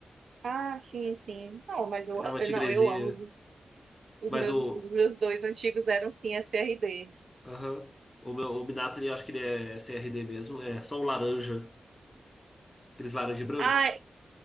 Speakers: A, on the right; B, on the left.
A: Ah, sim, sim. Não, mas eu,
B: É uma
A: eu-
B: tigrezinha.
A: não, eu amo os Os
B: Mas
A: meus,
B: o.
A: os meus dois antigos eram sim SRD.
B: Aham. o meu o Minato, ele, acho que ele é CRD mesmo. É só um laranja. Aqueles laranja e branco.
A: Ai,